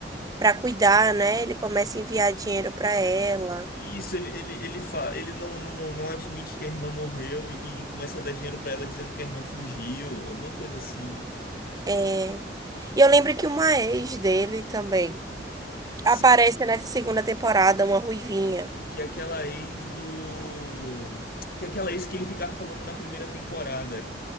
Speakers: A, on the right; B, on the left.
A: pra cuidar, né? Ele começa a enviar dinheiro pra ela.
B: Isso, ele, ele, ele, fa... ele não, não, não admite que a irmã morreu e, e começa a dar dinheiro pra ela dizendo que a irmã fugiu, alguma coisa assim.
A: É. E eu lembro que uma ex dele também
B: Sim,
A: aparece nessa segunda temporada, uma ruivinha.
B: que é aquela ex do. Que é aquela ex que ele ficava falando na primeira temporada.